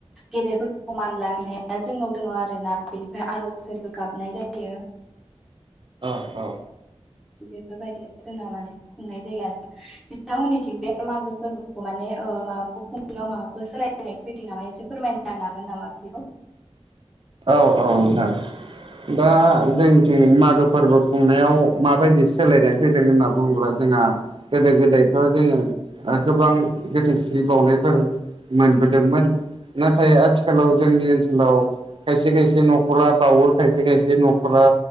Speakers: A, in the centre; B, on the right (about 50°).
A: गेदेरफोरखौ मान लाहैनाया जोंनाव दङ आरोना बेनिफ्राय आरजफोरबो गाबनाय जायो।
B: औ औ
A: बेफोरबायदिनो जोंना माने खुंनाय जायो आरो। नोंथांमोननिथिं बे मागो फोरबोखौ माने ओ-माबाफोर खुंनायाव माबाफोर सोलाय लायनाय फैदों नामा एसे फोरमायनो हागोन नामा बेखौ।
B: औ औ नोंथां। दा जोंनिथिं मागो फोरबो खुंनायाव माबायदि सोलायदों फैदों होनना बुङोब्ला जोंहा गोदो गोदाय दा जोङो गोबां गोथैसि बाउनायफोर मोनबोदोंमोन नाथाय आथिखालाव जोंनि ओनसोलाव खायसे खायसे न'खरा बावो खायसे खायसे न'खरा